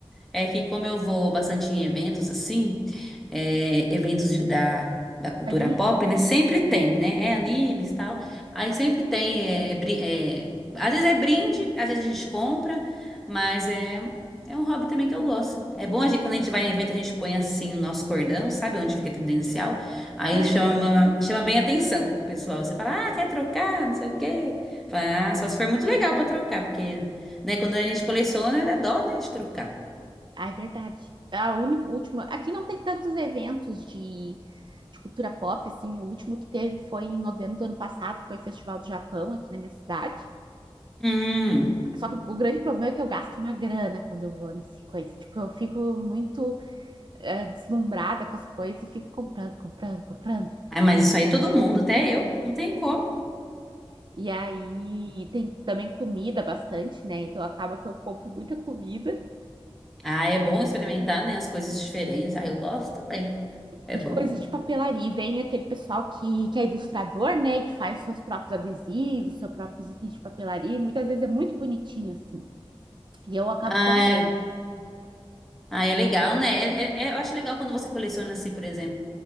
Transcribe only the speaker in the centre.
É que como eu vou bastante em eventos assim, é, eventos de- da, da cultura
pop,
né? Sempre tem, né? É animes e tal. Aí sempre tem, é, bri- é, às vezes é brinde, às vezes a gente compra, mas é, é um hobby também que eu gosto. É bom a gente, quando a gente vai em evento, a gente põe assim o nosso cordão, sabe? Onde fica a credencial. Aí
chama,
chama bem a atenção do pessoal. Você fala, ah, quer trocar? Não sei o quê. Fala, ah, só se for muito legal pra trocar, porque, né, quando a gente coleciona, dá dó, né, de trocar.
Hum.
É, mas isso aí todo mundo, até eu, não tem como.
Ah, é bom experimentar, né, as coisas diferentes. Ah, eu gosto também. É
bom.
Ah,
é, ah, é legal, né? É- é- é- eu acho legal quando você coleciona, assim, por exemplo.